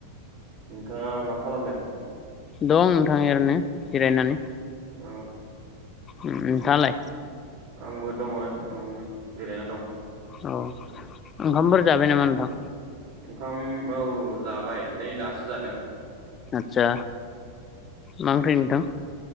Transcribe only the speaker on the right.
नोंथाङा मा खालामदों?
औ।
आंबो दङ न'आवनो जिरायना दं।
ओंखाम औ जाबाय नै दासो जादों।